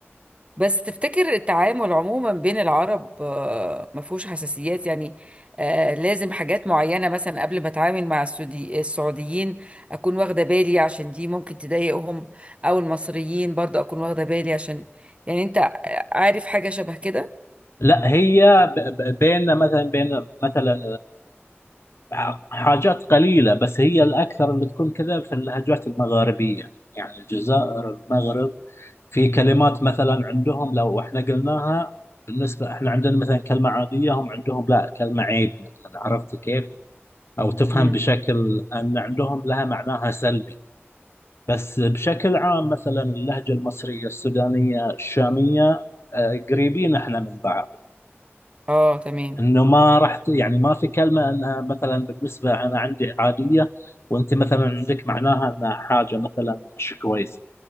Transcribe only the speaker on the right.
بس تفتكر التعامل عموما بين العرب آه، ما فيهوش حساسيات يعني آه لازم حاجات معينة مثلا قبل ما اتعامل مع السودي... السعوديين اكون واخدة بالي عشان دي ممكن تضايقهم او المصريين برضه اكون واخدة بالي عشان يعني انت آه، عارف حاجة شبه كده
امم
اه تمام